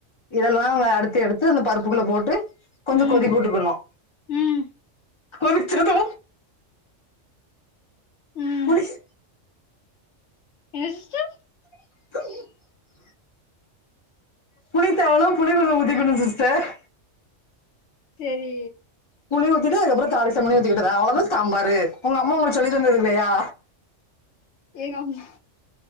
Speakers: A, on the left; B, on the left.
A: இதயெல்லா அறுத்து எடுத்து அந்த பருப்புக்குள்ள போட்டு கொஞ்சோ
B: ம்
A: கொதிக்க
B: ம்
A: வுட்டுக்கணு
B: ம்
A: கொதிச்சது
B: ம்
A: போலிஸ்
B: என்ன சிஸ்டர்
A: <unintelligible> புளி தேவனா புளி கொஞ்சோ ஊதிக்கணு சிஸ்டர்
B: செரி
A: புளி ஊத்திட்டு அதுக்கப்புறோ தாளிசம்மனி ஊத்திகிட்டதா அவ்ளோதா சாம்பாரு உங்க அம்மா உங்களுக் சொல்லி தந்ததில்லையா
B: எங்க அம்மா